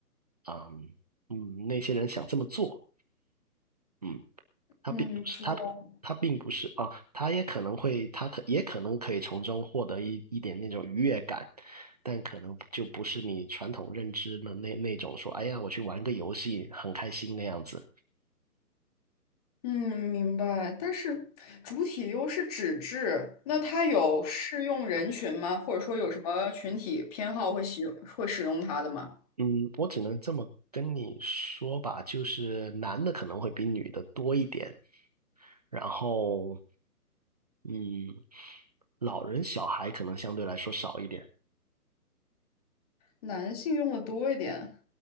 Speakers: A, on the right (about 25°); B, on the left (about 25°).
A: 嗯嗯，那些人想这么做，嗯，他并不是他，
B: 嗯，知道。
A: 他并不是啊，他也可能会，他可也可能可以从中获得一一点那种愉悦感，但可能就不是你传统认知的那那种说，哎呀，我去玩个游戏很开心那样子。
B: 嗯，明白。但是主体又是纸质，那它有适用人群吗？或者说有什么群体偏好会使用会使用它的吗？
A: 嗯，我只能这么跟你说吧，就是男的可能会比女的多一点，然后，嗯，老人小孩可能相对来说少一点。
B: 男性用的多一点，